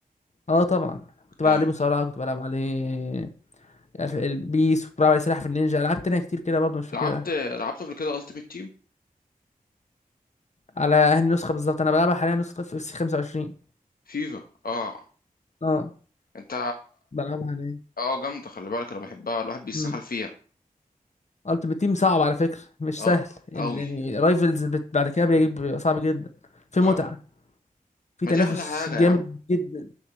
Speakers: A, on the left; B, on the left.
A: اه طبعا كنت بلعب
B: جامد
A: عليه مصارعه كنت بلعب عليه البيس كنت بلعب عليه سلاحف النينجا العاب تانية كتير كده برضو مش فاكرها
B: لعبت لعبت قبل كده التيمت تيم
A: على هذه النسخه بالظبط انا بلعبها حاليا نسخه اف سي 25
B: فيفا اه
A: اه
B: انت
A: بلعبها حاليا
B: اه جامده خلي بالك انا بحبها الواحد بيسحل
A: امم
B: فيها
A: التيمت تيم صعب على فكره مش
B: اه
A: سهل يعني
B: قوي
A: رايفلز بت... بعد كده بي- بيبقى صعب جدا في
B: اه
A: متعه في
B: ما
A: تنافس
B: دي احلى حاجه
A: جامد
B: يا عم
A: جدا